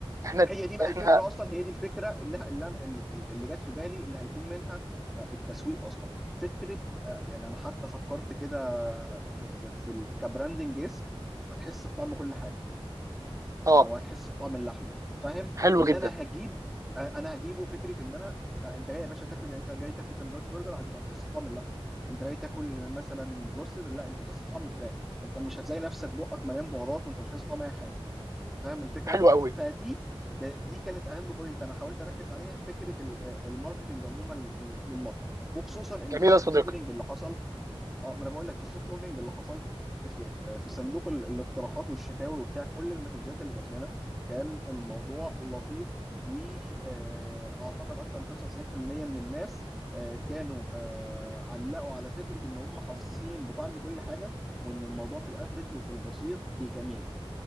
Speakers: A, on the right; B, in the centre.
A: احنا
B: هي دي بقى
A: احنا
B: الفكره اصلا هي دي الفكره اللي اللي أنا- اللي جت في بالي اللي هيكون منها آه، التسويق اصلا فكره آه، يعني انا حتى فكرت كده في في, في ال- كبراندنج اسم هتحس بطعم كل حاجه
A: اه
B: او هيحس بطعم اللحمه فاهم
A: حلو
B: ان
A: جدا
B: انا هجيب انا هجيبه فكره ان انا لا انت جاي يا باشا تاكل يعني انت جاي تاكل سندوتش برجر انت هتحس بطعم اللحمه انت جاي تاكل مثلا بروستد لا انت هتحس بطعم الفراخ انت مش هتلاقي نفسك بقك مليان بهارات وانت مش حاسس بطعم اي حاجه فاهم الفكره
A: حلو قوي
B: فدي ده- دي كانت اهم بوينت انا حاولت اركز عليها في فكره ال- الماركتنج عموما للمطعم وخصوصا ان
A: جميل
B: في السوفت
A: يا صديقي
B: اوبننج اللي حصل اه ما انا بقول لك في السوفت اوبننج اللي حصل في, في, في, في صندوق ال- الاقتراحات والشكاوي وبتاع كل المسجات اللي جات لنا كان الموضوع لطيف واعتقد اكتر من 95% من الناس آه، كانوا آه، علقوا على فكره ان هم حاسين بطعم كل حاجه وان الموضوع في الافريج وفي البسيط الجميل